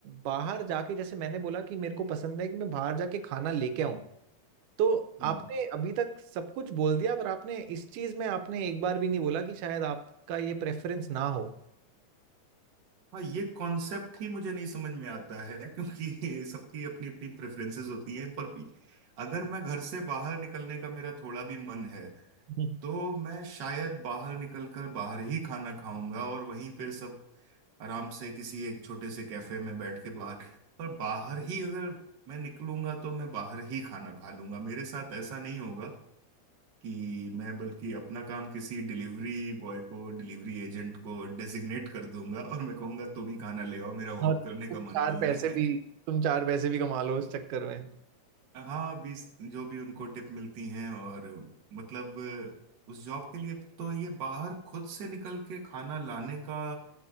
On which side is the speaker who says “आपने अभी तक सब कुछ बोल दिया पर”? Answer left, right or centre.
Right